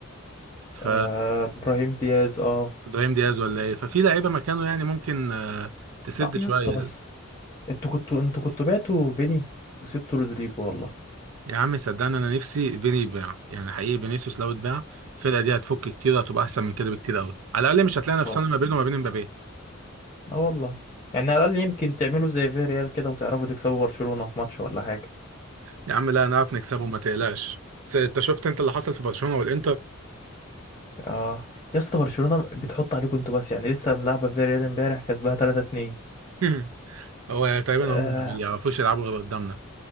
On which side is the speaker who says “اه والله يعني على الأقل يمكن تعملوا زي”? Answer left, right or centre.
Left